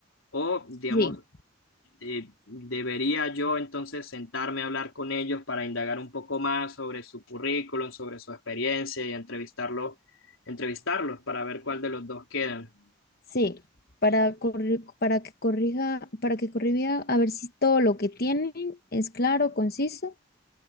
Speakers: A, on the left (about 80°); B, on the left (about 50°).
A: O, digamos,
B: Sí.
A: eh, ¿debería yo entonces sentarme a hablar con ellos para indagar un poco más sobre su currículum, sobre su experiencia y entrevistarlo, entrevistarlos para ver cuál de los dos quedan?
B: Sí, para, corri- para que corrija, para que corrija a ver si todo lo que tienen es claro, conciso